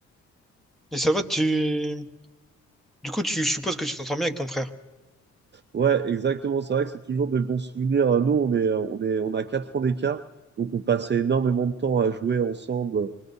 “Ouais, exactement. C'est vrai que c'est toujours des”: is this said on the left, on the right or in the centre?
Right